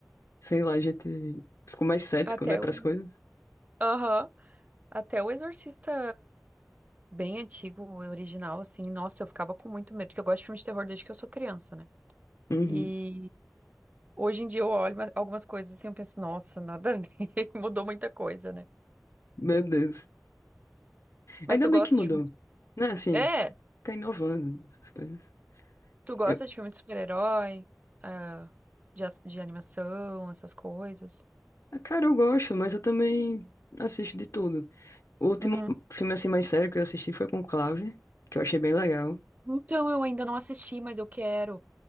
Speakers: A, on the left; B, on the right.
A: Sei lá, a gente ficou mais cético,
B: Até
A: né, pras
B: o.
A: coisas.
B: Aham. Até o Exorcista bem antigo, o original, assim, nossa, eu ficava com muito medo, porque eu gosto de filmes de terror desde que eu sou criança, né?
A: Uhum.
B: E hoje em dia eu olho ma- algumas coisas assim, eu penso, nossa, nada a ver, <laughs> mudou muita coisa, né?
A: Meu Deus.
B: Mas
A: Ainda
B: tu gosta
A: bem que mudou.
B: de filme... de...
A: Né, assim,
B: É,
A: fica inovando essas coisas.
B: tu gosta
A: Eu,
B: de filme de super-herói, ah, de, as- de animação, essas coisas.
A: ah, cara, eu gosto, mas eu também assisto de tudo. O último
B: Uhum.
A: filme, assim, mais sério que eu assisti foi Conclave, que eu achei bem legal.
B: Então, eu ainda não assisti, mas eu quero.